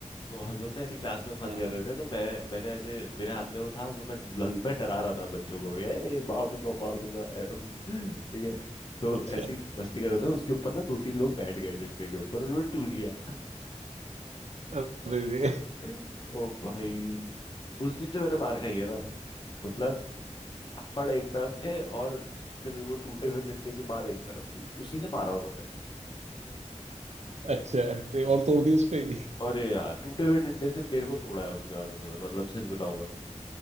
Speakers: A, on the left; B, on the right.
A: तो हम लोग ना ऐसी क्लास में फन
B: हाँ
A: कर
B: हाँ
A: रहे थे तो मैं मैंने ऐसे मेरे हाथ में वो था तो मैं लग, मैं डरा रहा था बच्चों को ये मार दूंगा मार दूंगा ए, <laughs> ठीक है तो
B: अच्छा
A: ऐसी मस्ती कर रहे थे उसके ऊपर ना दो तीन लोग बैठ गए डंडे के ऊपर और वो टूट गया
B: अरे रे
A: <laughs> ओ भाई उस दिन जो मैंने मार खाई है ना मतलब थप्पड़ एक तरफ थे और फिर वो टूटे हुए डंडे की मार एक तरफ थी उसी से मारा उन्होंने
B: अच्छा ये और तोड़ दी उस पे ही
A: अरे यार टूटे हुए डंडे से मेरे को तोड़ा है उसके बाद उन्होंने मतलब सच बताऊं मैं